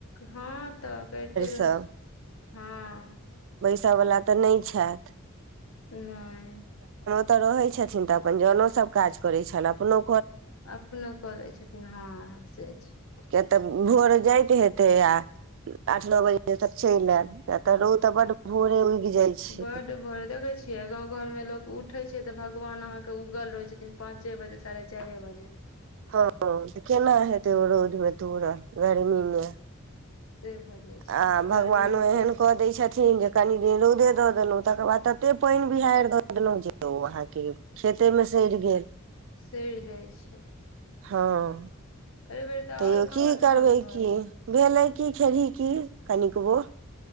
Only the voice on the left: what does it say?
हँ तऽ करते रह
हँ।
नइ।
अपनों कऽ लै छथिन हँ से छै।
बड बल त कहै। य गाँंव घर में लोग उठे छै तऽ भगवान अहाँ के उगल रहे छथिन, पाँचे बजे साढ़े चारे बजे।
से भऽ जाइ छै
गर्मी
ओते
सइर जाइ छै।
एहि बेेर तऽ
आओर कहाँ
धान
भऽ
गेल